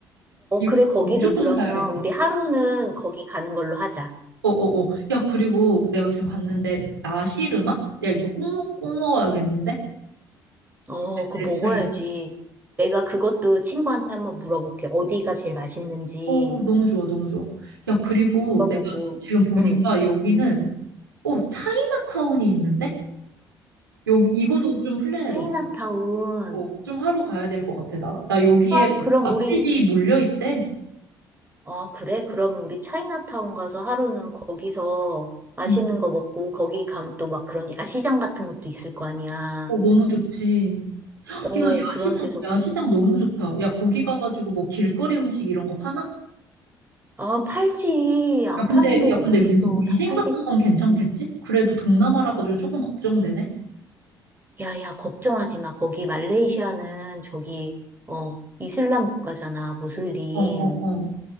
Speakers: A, on the right; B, on the right.
A: 어,
B: 이거
A: 그래, 거기도
B: 무조건
A: 그러면
B: 사야겠다.
A: 우리 하루는 거기 가는 걸로 하자.
B: 어어어. 야, 그리고 내가 지금 봤는데, 나시르막? 야, 이거 꼭, 먹- 꼭 먹어야겠는데?
A: 어, 그거
B: 내 스타일이다.
A: 먹어야지. 내가 그것도 친구한테 한번 물어볼게. 어디가 제일 맛있는지
B: 오, 너무 좋아, 너무 좋아. 야, 그리고
A: 물어보고.
B: 내가 지금 보니까
A: 응.
B: 여기는, 오, 차이나타운이 있는데? 여 이거도 좀
A: 음,
B: 플랜에
A: 차이나타운.
B: 넣자. 어, 좀 하루 가야 될 것 같아, 나. 나 여기에
A: 좋아, 그럼
B: 맛집이
A: 우리
B: 몰려있대.
A: 아, 그래? 그럼 우리 차이나타운 가서 하루는 거기서 맛있는
B: 응.
A: 거 먹고 거기 가면 또 막 그런 야시장 같은 것도 있을 거 아니야.
B: 어, 너무 좋지. 야,
A: 어, 그런
B: 야시장,
A: 데서 구경하고.
B: 야시장 너무 좋다. 야, 거기 가가지고 뭐 길거리 음식 이런 거 파나?
A: 아, 팔지. 안
B: 야, 근데,
A: 파는 데가
B: 야, 근데
A: 어딨어.
B: 위, 위생
A: 다 팔겠지.
B: 같은 건 괜찮겠지? 그래도 동남아라 가지고 조금 걱정되네.
A: 야, 야, 걱정하지 마. 거기 말레이시아는 저기, 어, 이슬람 국가잖아, 무슬림.
B: 어, 어, 어,